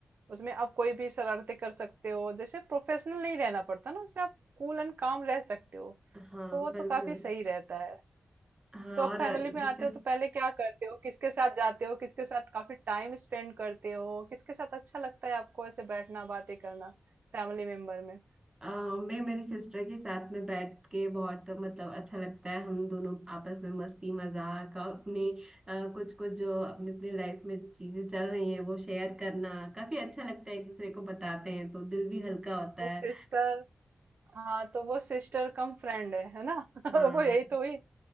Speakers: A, on the right; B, on the right.
A: उसमें आप कोई भी शरारते कर सकते हो जैसे प्रोफेशनल नहीं रहना पड़ता ना उसमें आप कूल एंड काम रह सकते हो
B: हाँ
A: तो वो
B: बिल्कुल
A: तो काफी सही रहता है
B: हाँ
A: तो आप
B: और
A: फैमिली में
B: जैसे
A: आते हो तो पहले क्या करते हो किसके साथ जाते हो किसके साथ काफी टाइम स्पेंड करते हो किसके साथ अच्छा लगता है आपको ऐसे बैठना बातें करना फैमिली मेंबर में
B: आ, मैं मेरी सिस्टर के साथ में बैठ के बहुत मतलब अच्छा लगता है हम दोनों आपस में मस्ती मजाक और अपने आ, कुछ कुछ जो अपने अपने लाइफ में चीजें चल रही हैं वो शेयर करना काफी अच्छा लगता है एक दूसरे को बताते हैं तो दिल भी हल्का होता
A: वो सिस्टर
B: है
A: हाँ तो वो सिस्टर कम फ्रेंड है है ना <laughs>
B: हाँ
A: वो यही तो हुई